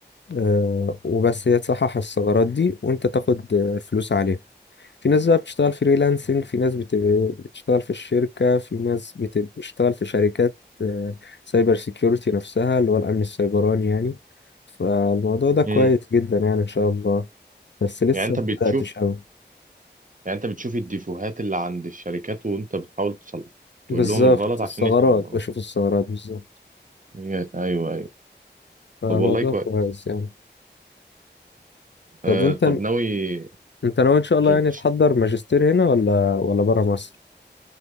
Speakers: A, on the left; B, on the right.
A: آه، وبس هي تصحح الثغرات دي وانت تاخد آه، فلوس عليها في ناس بقى بتشتغل فريلانسنج في ناس بتبقى بتشتغل في الشركة في ناس بتبقى بتشتغل في شركات آه، سايبر سيكيورتي نفسها اللي هو الأمن السيبراني يعني فالموضوع ده كويس
B: امم
A: جدا يعني إن شاء الله بس لسه
B: يعني انت
A: ما
B: بتشوف
A: بدأتش أوي
B: يعني انت بتشوف الديفوهات اللي عند الشركات وانت بتحاول تصلح تقول
A: بالظبط
B: لهم الغلط عشان
A: الثغرات
B: يصلحوا
A: بشوف الثغرات بالظبط
B: هي- ايوه ايوه
A: فالموضوع
B: طب والله كويس
A: كويس يعني طب
B: آه
A: وأنت
B: طب ناوي
A: أنت ناوي إن شاء الله
B: ت-
A: يعني تحضر ماجستير هنا ولا ولا برا مصر؟